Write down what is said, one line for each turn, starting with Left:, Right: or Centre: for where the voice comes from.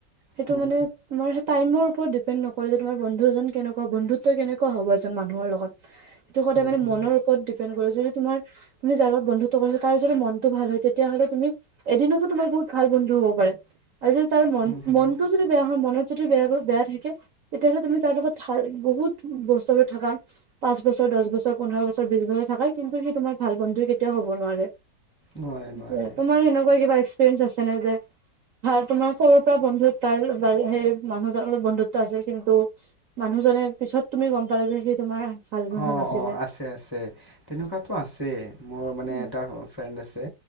Right: সেটো
Left: হম,
Right: মানে তোমাৰ হে টাইমৰ ওপৰত ডি পেন নকয় যে, তোমাৰ বন্ধু জন কেনেকুৱা? বন্ধুত্ব কেনেকুৱা হ'ব এজন মানুহৰ লগত? এটো সদায়
Left: হম,
Right: মানে
Left: হম,
Right: মনৰ ওপৰত ডিপেণ্ড কৰে যে তোমাৰ। তুমি যাৰ লগত বন্ধুত্ব কৰি তাৰ যদি মনতো ভাল হয়, তেতিয়াহ'লে তুমি এদিনতো তোমাৰ বহুত ভাল বন্ধু হ'ব পাৰে। আৰু যদি তাৰ মন,
Left: হম, হম,
Right: মনতো যদি বেয়া হয়, মনত যদি দি বেয়া ক, বেয়া থাকে তেতিয়াহ'লে তুমি তাৰ লগত থাৰ-বহুত বছৰে থাকা, পাঁচ বছৰ, দহ বছৰ, পোন্ধৰ বছৰ, বিছ বছৰ থাকা কিন্তু সি তোমাৰ ভাল বন্ধু কেতিয়াও হ'ব নোৱাৰে। তোমাৰ
Left: নোৱাৰে নোৱাৰে।
Right: সেনেকুৱা কিবা এচ। ফেঞ্চ আছে নে যে ভাল তোমাৰ সৰুৰ পৰা বন্ধুত তাৰ হেই মানুহজন লগত বন্ধুত্ব আছে। কিন্তু মানুহজনে পিছত তুমি গম পালা যে সি তোমাৰ। ভাল বন্ধু
Left: অ',
Right: নাছিলে।
Left: অ' আছে, আছে তেনেকুৱাতো আছে, মোৰ মানে
Right: উম,
Left: এটা। ফেণ্ড আছে,